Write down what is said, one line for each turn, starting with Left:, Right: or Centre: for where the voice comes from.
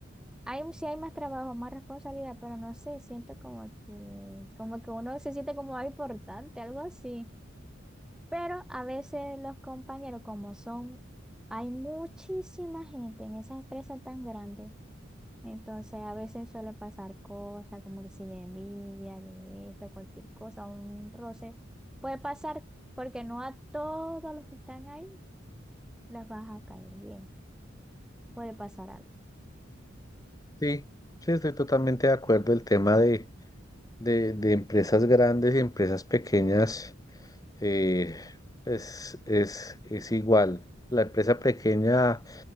Centre: Hay, sí hay más trabajo, más responsabilidad, pero no sé, siento como que, como que uno se siente como algo importante, algo así. Pero a veces los compañeros, como son, hay muchísima gente en esa empresa tan grande, entonces a veces suele pasar cosas como que si de envidia, de esto, cualquier cosa, un roce, puede pasar porque no a todos los que están ahí les vas a caer bien, puede pasar algo.
Left: Sí, sí, estoy totalmente de acuerdo. El tema de, de, de empresas grandes y empresas pequeñas eh, pues, es, es igual. La empresa pequeña